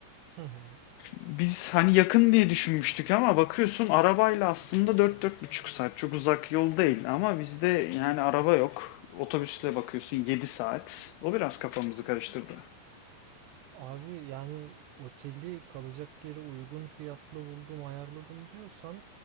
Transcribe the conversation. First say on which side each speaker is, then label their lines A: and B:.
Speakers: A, on the right; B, on the left.
A: Hı hı.
B: Biz hani yakın diye düşünmüştük ama bakıyorsun arabayla aslında 4-4,5 saat. Çok uzak yol değil ama bizde yani araba yok. Otobüsle bakıyorsun 7 saat. O biraz kafamızı karıştırdı.
A: Abi yani oteli kalacak yeri uygun fiyatlı buldum ayarladım diyorsan